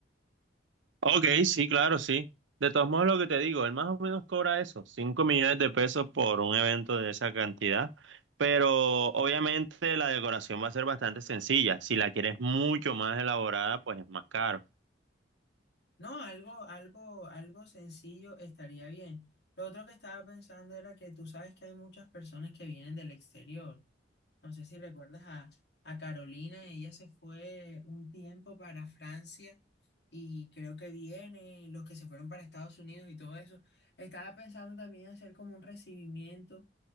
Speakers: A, on the right; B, on the left.
A: Ok, sí, claro, sí. De todos modos, lo que te digo, él más o menos cobra eso, 5 millones de pesos por un evento de esa cantidad, pero obviamente la decoración va a ser bastante sencilla. Si la quieres mucho más elaborada, pues es más caro.
B: No, algo, algo, algo sencillo estaría bien. Lo otro que estaba pensando era que tú sabes que hay muchas personas que vienen del exterior. No sé si recuerdas a, a Carolina, ella se fue un tiempo para Francia y creo que viene, los que se fueron para Estados Unidos y todo eso. Estaba pensando también hacer como un recibimiento,